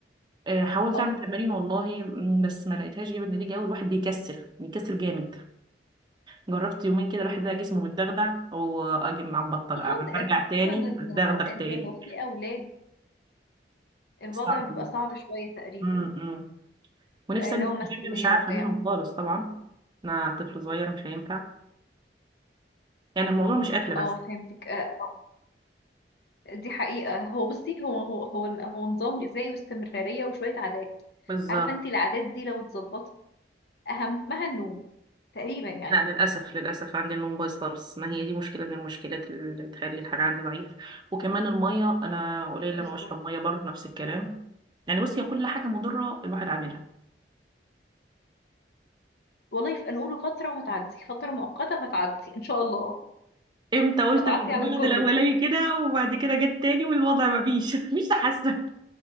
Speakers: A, on the right; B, on the left.
A: آه، حاولت
B: اه
A: اعمل تمارين والله م، بس ما لقيتهاش جابت نتيجه قوي الواحد بيكسل بيكسل جامد جربت يومين كده الواحد لقى جسمه متدغدغ واجي مع البطه
B: خصوصا
A: بقى برجع
B: خصوصا
A: تاني
B: ان
A: اتدغدغ تاني
B: إن لو في اولاد الوضع
A: صعب
B: بيبقى صعب شويه تقريبا
A: م- م. ونفسي
B: آه،
A: أنزل
B: لو مسؤوليه
A: الجيم مش عارفة
B: وبتاع
A: منهم خالص طبعا أنا طفل صغير مش هينفع يعني الموضوع مش أكل بس
B: اه فهمتك آه، آه، دي حقيقه هو بصي هو هو هو هو نظام غذائي واستمراريه وشويه عادات
A: بالظبط
B: عارفه انت العادات دي لو اتظبطت اهمها النوم تقريبا يعني
A: لا للأسف للأسف عندي النوم بايظ خالص ما هي دي مشكلة من المشكلات اللي بتخلي الحاجة عندي ضعيف وكمان المية أنا قليل
B: بالظبط
A: لما بشرب مية برضه نفس الكلام يعني بص هي كل حاجة مضرة الواحد عاملها
B: والله ف- نقوله فتره وهتعدي فتره مؤقته وهتعدي ان شاء الله
A: امتى قلت
B: هتعدي
A: بعد الولد
B: على الكل
A: الأولاني
B: بقى
A: كده وبعد كده جت تاني والوضع ما فيش <laughs> مفيش تحسن